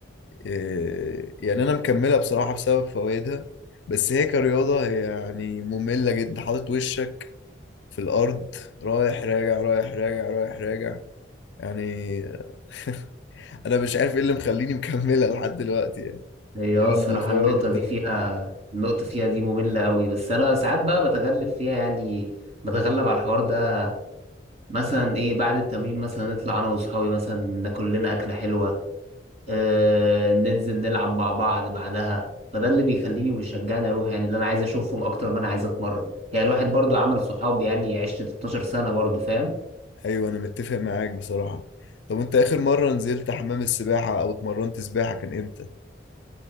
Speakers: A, on the left (about 70°); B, on the right (about 35°).
A: آه يعني انا مكملها بصراحة بسبب فوائدها بس هي كرياضة هي يعني مملة جدا حاطط وشك في الارض رايح راجع رايح راجع رايح راجع يعني <laughs> انا مش عارف ايه اللي مخليني مكملها لحد دلوقتي يعني
B: هي اه
A: غير
B: الصراحة
A: الفوائد
B: النقطة
A: التانية
B: دي فيها النقطة فيها دي مملة أوي بس أنا ساعات بقى بتغلب فيها يعني بتغلب على الحوار ده مثلا إيه بعد التمرين مثلا نطلع أنا وأصحابي مثلا ناكل لنا أكلة حلوة آه ننزل نلعب مع بعض بعدها فده اللي بيخليني وبيشجعني أروح يعني اللي أنا عايز أشوفهم أكتر ما أنا عايز أتمرن يعني الواحد برضو عمل صحاب يعني عشت 12 سنة برضو فاهم
A: ايوه انا متفق معاك بصراحة طب انت اخر مرة نزلت حمام السباحة او اتمرنت سباحة كان امتى؟